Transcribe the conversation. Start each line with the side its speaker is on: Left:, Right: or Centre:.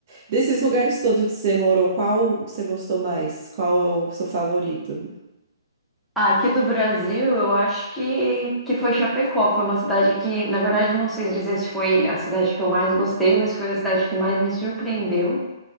Right: Desses lugares todos que você morou, qual você gostou mais? Qual é o seu favorito?
Centre: Ah, aqui do Brasil, eu acho que, que foi Chapecó. Foi uma cidade que, na verdade, não sei dizer se foi a cidade que eu mais gostei, mas foi a cidade que mais me surpreendeu.